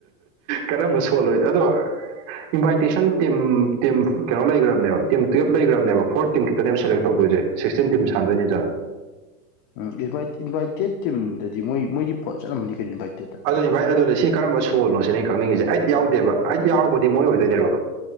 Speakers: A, on the right; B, on the left.
A: ꯀꯔꯝꯕ ꯁꯣꯜ ꯑꯣꯏ ꯑꯗꯣ ꯏꯟꯚꯥꯏꯇꯦꯁꯟ ꯇꯤꯝ ꯇꯤꯝ ꯀꯩꯅꯣ ꯂꯩꯒ꯭ꯔꯝꯅꯦꯕ ꯇꯤꯝ ꯇꯨꯌꯦꯜꯞ ꯂꯩꯒ꯭ꯔꯝꯅꯦꯕ ꯐꯣꯔ ꯇꯤꯝ ꯈꯤꯇꯅꯦꯕ ꯁꯦꯂꯦꯛ ꯇꯧꯗꯣꯏꯁꯦ ꯁꯤꯛꯁꯇꯤꯟ ꯇꯤꯝ ꯁꯥꯟꯗꯣꯏꯅꯤꯗ
B: ꯎꯝ ꯏꯟꯚꯥꯏꯠ ꯏꯟꯚꯥꯏꯇꯦꯠ ꯇꯤꯝꯗꯗꯤ ꯃꯣꯏ ꯃꯣꯏꯗꯤ ꯐ ꯆꯠꯂꯝꯃꯅꯤ ꯀꯩꯅꯣ ꯏꯟꯚꯥꯏꯇꯦꯠꯇ
A: ꯑꯗꯣ ꯏꯟꯚꯥꯏꯠ ꯑꯗꯨꯅꯦ ꯁꯤ ꯀꯔꯝꯕ ꯁꯣꯜꯅꯣ ꯁꯤꯅꯦ ꯑꯩ ꯈꯪꯅꯤꯡꯉꯤꯁꯦ ꯑꯩꯠ ꯌꯥꯎꯗꯦꯕ ꯑꯩꯠ ꯌꯥꯎꯔꯕꯨꯗꯤ ꯃꯣꯏ ꯑꯣꯏꯗꯣꯏꯅꯦꯕ